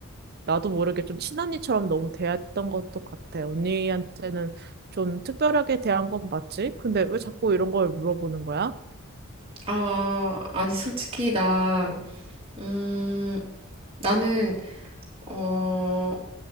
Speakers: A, on the right (about 45°); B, on the right (about 25°).
A: 나도 모르게 좀 친언니처럼 너무 대했던 것도 같아. 언니한테는 좀 특별하게 대한 건 맞지? 근데 왜 자꾸 이런 걸 물어보는 거야?
B: 아, 아니 솔직히 나 음, 나는 어,